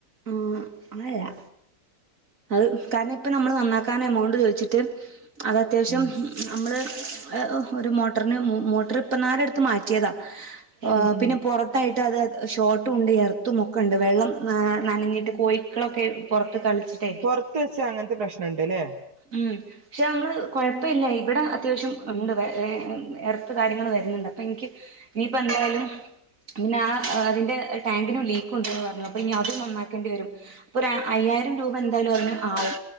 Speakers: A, on the right (about 45°); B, on the right (about 60°).
A: മം അങ്ങനെല്ലാ അത് കാരണം ഇപ്പം നമ്മള് നന്നാക്കാൻ അമൗണ്ടു ചോദിച്ചിട്ട് അത് അത്യാവശ്യം
B: ഉം
A: നമ്മള് ഒരു മോ ട്ടോറിന് മോ മോട്ടോർ ഇപ്പം അട്ത്ത് മാറ്റിയതാ
B: ഉം ഉം
A: പിന്നെ പുറത്തായിട്ട് അത് ഷോട്ടും ഉണ്ട് എർത്തുമൊക്കെ ഉണ്ട് വെള്ളം ന നനഞ്ഞിട്ട് കോഴിക്കളൊക്കെ പുറത്ത് കളിച്ചിട്ട്
B: പുറത്ത് വെച്ചാ അങ്ങനത്തെ പ്രശ്നണ്ട്ല്ലേ
A: ഉം പക്ഷെ നമ്മള് കൊഴപ്പവില്ല ഇവിടെ അത്യാവശ്യം ഉണ്ട് വയ എർത്ത് കാര്യങ്ങൾ വരുണോണ്ട് അപ്പൊ എനിക്ക് ഇനിയിപ്പം എന്തായാലും പിന്നെ ആ അതിന്റെ ടാങ്കിനും ലീക്ക് ഉണ്ടന്ന് പറഞ്ഞു അപ്പൊ ഇനി അതും നന്നാക്കേണ്ടി വരും അപ്പൊ ഒരു അയ്യായിരം രൂപ എന്തായാലും അതിനു ആവും